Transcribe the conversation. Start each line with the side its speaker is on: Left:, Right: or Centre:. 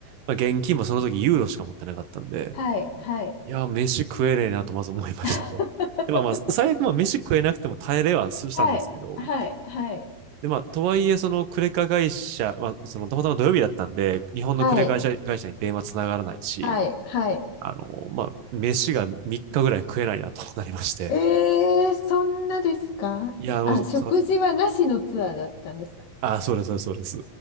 Right: まあ、現金もその時ユーロしか持ってなかったんで、
Left: はい、はい。
Right: いや、飯食えねえなとまず思いましたと。
Left: <laughs>
Right: <laughs> で、まあまあ、最悪まあ飯食えなくても耐えれはしたんですけど、
Left: はい、はい、はい、
Right: で、まあ、とはいえ、そのクレカ会社、まあ、そのたまたま土曜日だったんで、日本のクレカ会社会社に電話つながらないし、
Left: はい、はい、はい。
Right: あの、まあ、飯が3日ぐらい食えないなとなりまして、
Left: ええ、そんなですかあ、
Right: いや、もう、
Left: 食事はなしのツアーだったんですか
Right: その、あ、そうです、そうです、